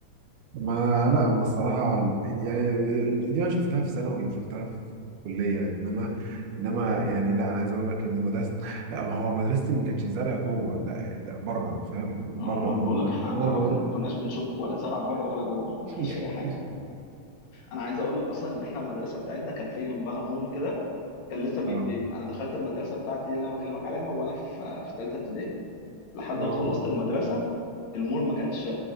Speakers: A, on the right; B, on the left.
A: ما لا ما الصراحة يعني دي أنا شفتها في ثانوي وشفتها في كلية إنما إنما يعني لا أنا عايز أقول لك إن مدرسة لا ما هو مدرستي ما كانتش زرع جوه لا لا بره فاهم بره
B: آه، ما
A: عموما
B: انا بقول لك احنا عندنا
A: إنما جوه
B: ما كان- ما كناش بنشوف ولا زرع بره ولا جوه ما
A: <laughs>
B: فيش اي حاجه انا عايز اقول لك اصلا ان احنا المدرسه بتاعتنا كان في جنبها مول كده كان لسه بيتبني
A: أه
B: انا دخلت المدرسه بتاعتي دي اللي انا بكلمك عليها وانا في في ثالثه ابتدائي لحد ما
A: أه
B: خلصت المدرسه المول ما كانش